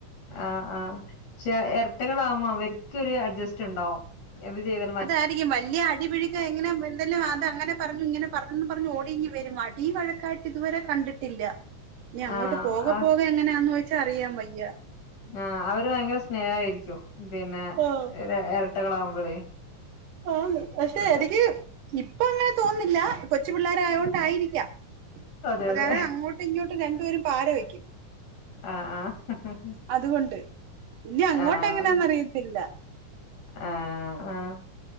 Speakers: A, on the left; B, on the right.
A: ആഹ് ആഹ് പക്ഷെ എരട്ടകളവുമ്മ അവർക്ക് ഒരു അഡ്ജസ്റ്റ് ഇണ്ടാവും എന്ത് ചെയ്താ
B: അതായിരിക്കും വല്യ അടിപിടിയെക്കെ ഇങ്ങനെ പിൻ <unintelligible> അത് അങ്ങനെ പറഞ്ഞു ഇങ്ങനെ പറഞ്ഞന്ന് പറഞ്ഞു ഓടി ഇങ്ങ് വരും അടിവഴക്കായിട്ട് ഇതുവരെ കണ്ടിട്ടില്ല ഇനി അങ്ങോട്ട്
A: ആഹ്
B: പോക
A: ആഹ്
B: പോകെ എങ്ങനാന്ന് ചോദിച്ചാ അറിയാൻ വയ്യാ.
A: ആഹ് അവര് ഭയങ്കര സ്നേഹായിരിക്കും പിന്നെ
B: ആഹ്
A: ര എരട്ടകളാവുമ്പളെ
B: ആന്ന് പക്ഷെ എനിക്ക് ഇപ്പൊ അങ്ങനെ തോന്നില്ലാ കൊച്ചു പിള്ളോരായോണ്ടായിരിക്കാം.
A: അതെ
B: ഒരാള്
A: അതെ
B: അങ്ങോട്ടും ഇങ്ങോട്ടും രണ്ടു പേരും പാര വയ്ക്കും.
A: ആഹ് ആഹ്
B: അതുകൊണ്ട് ഇനി അങ്ങോട്ട്
A: ആഹ്
B: എങ്ങനെയാന്നറിയത്തില്ലാ
A: ആഹ് ആഹ്